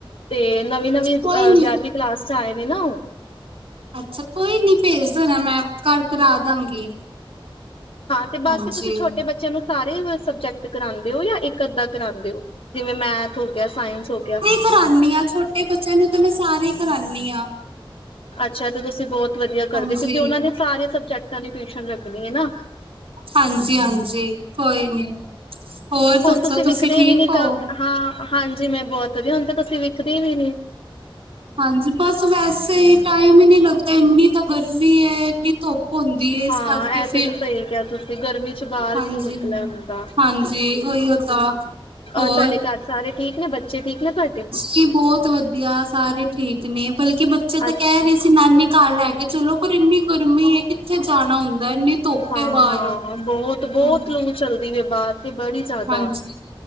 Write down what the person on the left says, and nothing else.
ਤੇ ਨਵੀਂ ਨਵੀਂ ਅਹ
ਗਿਆਰਵੀਂ ਕਲਾਸ ਚ ਆਏ ਨੇ ਨਾ ਉਹ।
ਹਾਂ ਤੇ ਬਾਕੀ
ਤੁਸੀਂ ਛੋਟੇ ਬੱਚਿਆਂ ਨੂੰ ਸਾਰੇ ਸਬਜੈਕਟ ਕਰਾਉਂਦੇ ਓ? ਜਾਂ ਇੱਕ ਅੱਧਾ ਕਰਾਂਦੇ ਓ ਜਿਵੇਂ ਮੈਥ ਹੋ ਗਿਆ ਸਾਇੰਸ ਹੋ ਗਿਆ।
ਅੱਛਾ ਤੇ ਤੁਸੀਂ ਬਹੁਤ ਵਧੀਆ ਕਰਦੇ
ਕਿਉਂਕਿ ਉਹਨਾਂ ਨੇ ਸਾਰੇ ਸਬਜੈਕਟਾਂ ਦੀ ਟਿਊਸ਼ਨ ਰੱਖਣੀ ਐ ਨਾ।
ਹੁਣ
ਵਿਖਦੇ
ਵੀ ਨੀ
ਕਾਫ ਹਾਂ ਹਾਂਜੀ ਮੈਂ ਬਹੁਤ ਵਧੀਆ ਹੁਣ ਤਾਂ ਤੁਸੀਂ ਵਿੱਖਦੀ ਵੀ ਨਹੀਂ।
ਹਾਂ
ਇਹ ਤੇ
ਸਹੀ ਕਿਹਾ ਤੁਸੀਂ ਗਰਮੀ ਚ ਬਾਹਰ
ਵੀ ਨੀ ਨਿਕਲਿਆ ਹੁੰਦਾ।
ਔਰ
ਤੁਹਾਡੇ ਘਰ ਸਾਰੇ ਠੀਕ ਨੇ ਬੱਚੇ ਠੀਕ ਨੇ ਤੁਹਾਡੇ?
ਅੱਛਾ
ਹਾਂ
ਹਾਂ ਬਹੁਤ ਬਹੁਤ
ਲੋ ਚੱਲਦੀ ਵ ਬਾਹਰ ਤੇ ਬੜੀ ਜ਼ਿਆਦਾ।